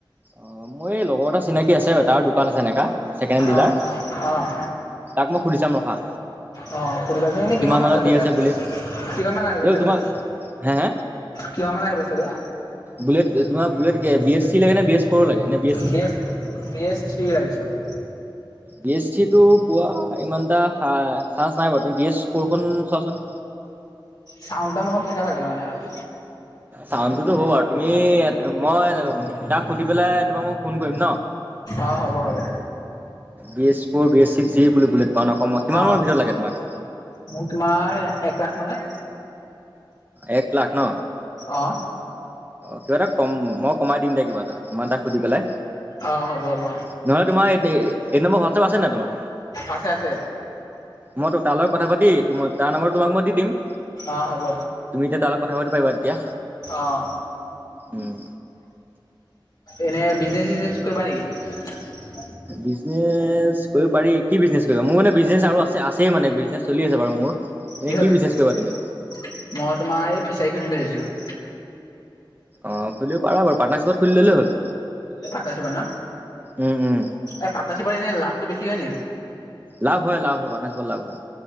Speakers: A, on the right (about 20°); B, on the left (about 55°).
A: অহ' মোৰ এই লগৰ এটা চিনাকি আছে। তাৰ দোকান আছে এনেকা ছেকেণ্ডহেণ্ড ডিলাৰ,
B: অঁ অঁ
A: তাক মই সুধি চাম ৰখা।
B: অহ' সুধিবাচোন। এনেই কিমান মান
A: মানত
B: বাজেত
A: দি আছে
B: আহে,
A: বুলেট
B: কিমান মান আহিব
A: ঐ
B: চাগৈ।
A: তোমাৰ হে হে
B: কিমান মান আহিব চাগৈ?
A: বুলেট তোমাৰ বুলট কে বি এছ চি লাগে নে বি এছ ফ্ৰৰ লাগে নে
B: B S, B S three লাগিছিলে।
A: বি এছ থ্ৰী টো পোৱা ইমান এটা চাঞ্চ নাই বাৰু তুমি বি এছ ফ্ৰৰখন চোৱাচোন।
B: চাউন টাউন অকন থকা লাগে মানে আৰু।
A: চাউণ্ডটোতো হ'ব বাৰু, তুমি মই তাক সুধি পেলাই তোমাক মই ফোন কৰিম ন।
B: অহ হ'ব হ'ব।
A: B S four, B S six G বুলি বুলেট পাও নকমা, কিমান
B: অঁ
A: মানৰ ভিতৰত লাগে তোমাক?
B: মোক তোমাৰ এক লাখ মানত।
A: এক লাখ ন
B: অ।
A: কিবা এটা কম মই কমাই দিম দে কিবা এটা, মই তাক সুধি পেলাই।
B: অঁ হ'ব হ'ব
A: নহলে তোমাৰ এই নম্বৰ হোৱাটছাপ আছে না তোমাৰ।
B: আছে আছে।
A: মই তোৰ তালৈ কথা পাতি মই তাৰ নম্বৰ তোমাক মই দি দিম।
B: অহ হ'ব,
A: তুমি এতিয়া তাৰ লগত কথা পাতিব পাৰিবা তেতিয়া
B: অহ।
A: উম।
B: এনেই বিজনেচ চিজনেচ কৰিবা নেকি?
A: বিজনেচ কৰিব পাৰি, কি বিজনেছ কৰিবা মোৰ মানে বিজনেছ আৰু আছে আছেই মানে বিজনেছ চলি আছে বাৰু মোৰ। এনে
B: কিহৰ
A: কি
B: বিজনেছ,
A: কৰিবা তুমি
B: মই তোমাৰ এই ফিচাৰী খুলিম বুলি ভাবিছিলো।
A: অহ খুলিব পাৰা বাৰু পাৰ্নাৰশ্বিপত খুলি ললেই হ'ল।
B: পাটনাশ্বিপত ন,
A: উম উম
B: এ পাটনশ্বিপত এনেই লাভটো বেছি হয় নি?
A: লাভ হয় লাভ হয় পাৰ্টনাৰশ্বিপত লাভ হয়।